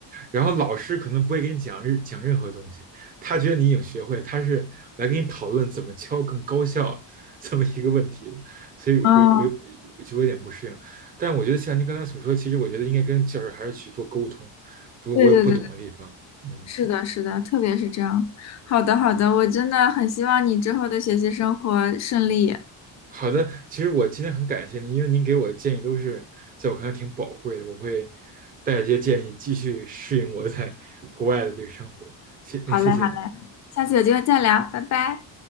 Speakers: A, on the right (about 20°); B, on the left (about 40°).
A: 然后老师可能不会给你讲任讲任何东西，他觉得你已经学会，他是来跟你讨论怎么敲更高效这么一个问题的所以我我我我就有点不适应，
B: 嗯，
A: 但我觉得像您刚才所说，其实我觉得应该跟教授还是去多沟通，如果我有不懂的地方，
B: 对对对对，
A: 嗯。
B: 是的，是的，特别是这样。好的，好的，我真的很希望你之后的学习生活顺利。
A: 好的，其实我今天很感谢您，因为您给我的建议都是在我看来挺宝贵的，我会带着这些建议继续适应我在国外的这个生活。谢，
B: 好嘞，
A: 那谢谢你。
B: 好嘞，下次有机会再聊，拜拜。